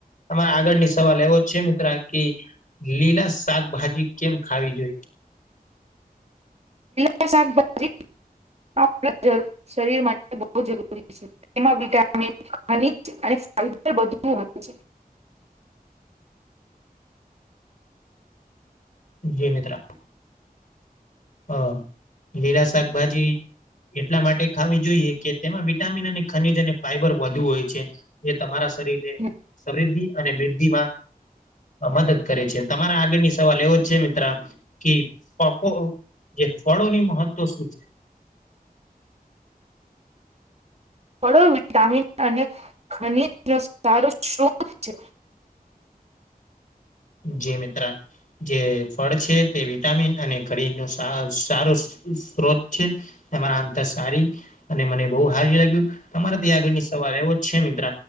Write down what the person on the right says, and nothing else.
લીલા શાકભાજી આપણા શરીર માટે બહ જરૂરી છે તેમાં વિટામિન ખનીજ અને ફાયબર બધું હોયે છે
છે
ફળો વિટામીન અને ખનીજ નો સારો સ્ત્રોત છે